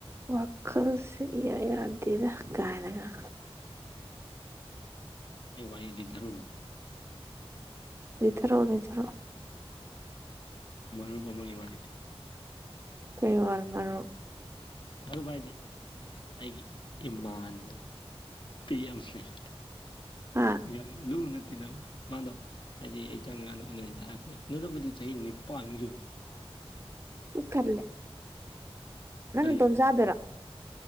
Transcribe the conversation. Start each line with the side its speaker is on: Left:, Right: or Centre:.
Right: ꯋꯥꯈꯜꯁꯦ ꯢꯌꯥ ꯌꯥꯗꯦꯗ ꯀꯥꯏꯅꯒ
Left: ꯑꯩ ꯋꯥꯔꯤ ꯂꯤꯗꯔꯧꯔꯣ
Right: ꯂꯤꯊꯔꯣ ꯂꯤꯊꯔꯣ
Left: ꯃꯔꯨꯞ ꯑꯃꯒꯤ ꯋꯥꯔꯤ
Right: ꯀꯩ ꯋꯥꯔ ꯃꯔꯨꯞ
Left: ꯃꯔꯨꯞ ꯍꯥꯏꯗꯤ ꯑꯩꯒꯤ ꯏꯃꯥꯟꯅ ꯄꯤ ꯑꯦꯝꯁꯤꯡ
Right: ꯑꯥ
Left: ꯌꯥꯝ ꯂꯨꯅ ꯇꯤꯟꯅꯕ ꯃꯥꯗꯣ ꯍꯥꯏꯗꯤ ꯑꯩ ꯆꯪꯗꯔ꯭ꯤꯀꯥꯟꯗ ꯎꯟꯅꯁꯤꯗꯤ ꯍꯥꯏꯔꯛꯄꯅꯦ ꯅꯣꯏꯗꯕꯨꯗꯤ ꯆꯍꯤ ꯅꯤꯄꯥꯟꯃꯨꯛ ꯁꯨꯔꯦ
Right: ꯄꯨꯛ ꯊꯜꯂꯦ ꯅꯪ
Left: ꯀꯔꯤ
Right: ꯅꯇꯣꯝ ꯆꯥꯗꯣꯏꯔꯣ